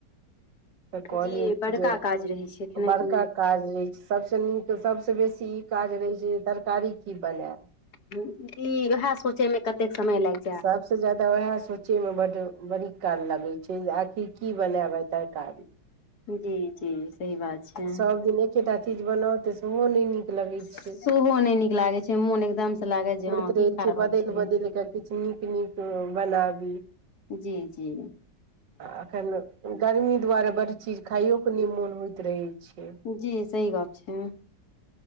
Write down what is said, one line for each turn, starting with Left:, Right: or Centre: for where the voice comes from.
Right: त कहलियए
Left: जी बड़का
Right: जे
Left: काज रहै छै खेनाइ
Right: बड़का
Left: पिनाइ
Right: काज रहै छैय सभसँ नीक त सभसे बेसी त इ काज रहै छैय तरकारी की बनैब।
Left: दी वएहे सोचे मे कतेक समय लाइग
Right: सब सबसे जादा वएह सोचे मे बड बड़ी काल लगै छैय जे आखिर की बनैब आय तरकारी।
Left: जी-जी सही बात। छै
Right: सब दिन एकेटा चीज बनाउ त सेहो नै नीक लगै छैय।
Left: सेहो नहि नीक लागै छैय मोन एकदम- से लागत जे
Right: होइत
Left: हँ
Right: रहै
Left: की खा
Right: छैय
Left: रहल
Right: बदैल-बदैल
Left: छी
Right: कऽ किछ नीक-नीक बनाबी।
Left: जी-जी।
Right: आ अखैन गर्मी दुआरे बड चीज खाइयोके नै मोन होइत रहै छैय।
Left: जी सही गप छैय।